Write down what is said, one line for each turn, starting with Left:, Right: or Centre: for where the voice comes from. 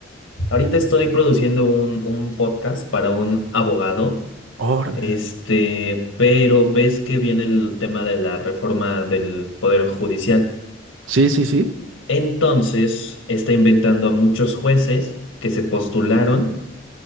Left: Ahorita estoy produciendo un, un podcast para un abogado,
Right: Órale.
Left: este, pero ves que viene el tema de la reforma del Poder Judicial.
Right: Sí, sí, sí.
Left: Entonces, está inventando a muchos jueces que se postularon